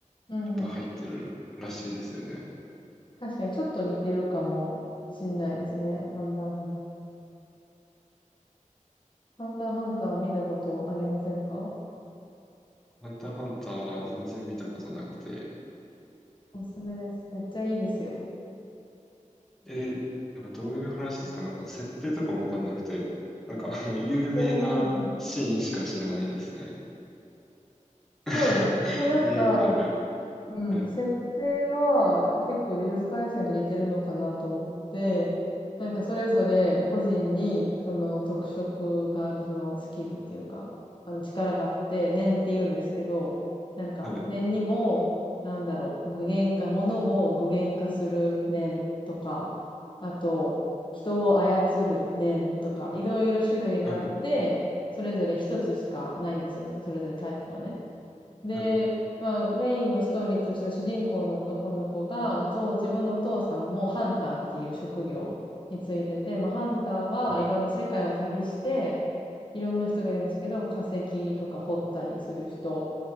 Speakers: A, on the left; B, in the centre.
A: うんうん。
B: いっぱい入ってるらしいですよね。
A: 確かにちょっと似てるかもしんないですね。ハンターハンター。ハンターハンターは見たことありませんか
B: ハンターハンター、全然見たことなくて。
A: おすすめです。めっちゃいいですよ。
B: えーなんかどういう話ですかなんか、設定とかもわかんなくて、なんか、あの、有名なシーンしか知らないですね。
A: で、うんうん。そうです。
B: <laughs>
A: でもなんか、
B: よくある。
A: うん、
B: はい、
A: 設定は結構呪術廻戦と似てるのかなと思って、なんかそれぞれ個人にその特色があるそのスキルっていうか、あの力があって、念って言うんですけど、なんか念にも、
B: はい、
A: なんだろう、具現化、物を具現化する念とか、あと、人を操る念とか、いろいろ種類があって、
B: はい、
A: それぞれ一つしかないんですよ。それぞれタイプがね。で、
B: はい、はい、
A: まあ、メインのストーリーとしては主人公の男の子が、お父、自分のお父さんもハンターっていう職業についてて、まあ、ハンターはいろんな世界を旅して、
B: はい、
A: いろんな人がいるんですけど、化石とか掘ったりする人、